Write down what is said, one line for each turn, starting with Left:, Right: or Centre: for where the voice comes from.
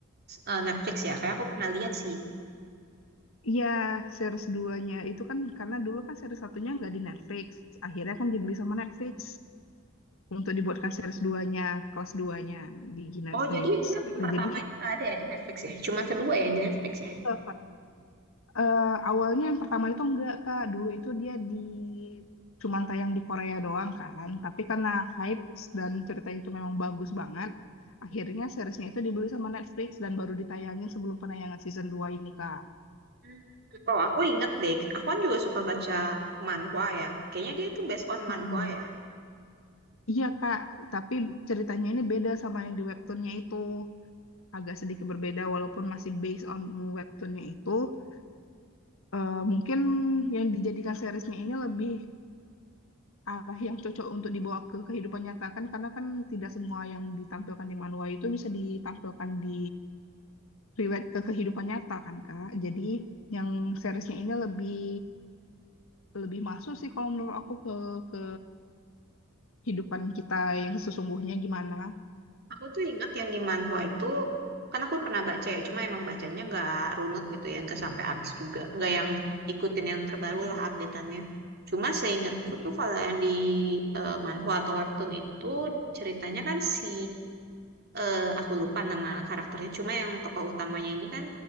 Right: eh, Netflix ya. Kayak aku pernah lihat sih.
Left: Iya, series duanya itu kan karena dulu kan series satunya nggak di Netflix, akhirnya kan dibeli sama Netflix untuk dibuatkan series duanya, kelas duanya nya di Netflix.
Right: Oh, jadi dia
Left: Eh,
Right: pertamanya
Left: Jadi
Right: nggak ada ya di Netflix ya? Cuma kedua ya yang di Netflix ya?
Left: itu Eh, awalnya yang pertama itu enggak Kak, dulu itu dia di cuman tayang di Korea doang kan, tapi karena hype dan ceritanya itu memang bagus banget, akhirnya seriesnya itu dibeli sama Netflix dan baru ditayangin sebelum penayangan season dua ini Kak.
Right: Hmm. Oh, aku inget deh. Aku kan juga suka baca manhwa ya. Kayaknya dia itu based on manhwa
Left: Mm-mm.
Right: ya.
Left: Iya Kak, tapi ceritanya ini beda sama yang di webtoonnya itu, agak sedikit berbeda walaupun masih based on webtoonnya itu, Eh, mungkin yang dijadikan seriesnya ini lebih arah yang cocok untuk dibawa ke kehidupan nyata kan karena kan tidak semua yang ditampilkan di manual itu bisa ditampilkan di relate ke kehidupan nyata kan Kak. Jadi yang seriesnya ini lebih lebih masuk sih kalau menurut aku ke ke kehidupan kita yang sesungguhnya gimana.
Right: Aku tuh inget yang di manhwa itu, kan aku pernah baca ya, cuma emang bacanya nggak runut gitu ya, nggak sampai habis juga. Nggak yang ikutin yang terbaru lah updateannya. Cuma seingatku
Left: Iya.
Right: tuh kalau yang di eh, manhwa atau webtoon itu ceritanya kan si, eh, aku lupa nama karakternya, cuma yang tokoh utamanya ini kan